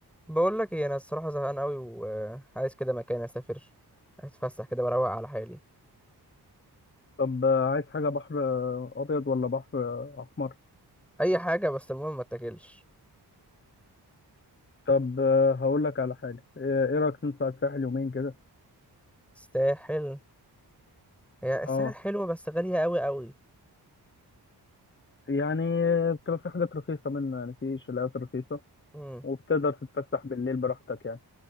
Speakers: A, in the centre; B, on the left (about 30°).
A: بقول لك ايه انا الصراحه زهقان قوي وعايز كده مكان اسافر اتفسح كده بروق على حالي
B: طب آه، عايز حاجة بحر آه، أبيض ولا بحر آه، أحمر؟
A: اي حاجه بس المهم ما اتاكلش
B: طب آه، هقول لك على حاجة إيه إيه رأيك نطلع الساحل يومين كده؟
A: الساحل هي الساحل
B: أه
A: حلوه بس غاليه قوي قوي
B: يعني آه، بتبقى في حاجات رخيصة منه يعني في شاليهات رخيصة
A: امم
B: وبتقدر تتفسح بالليل براحتك يعني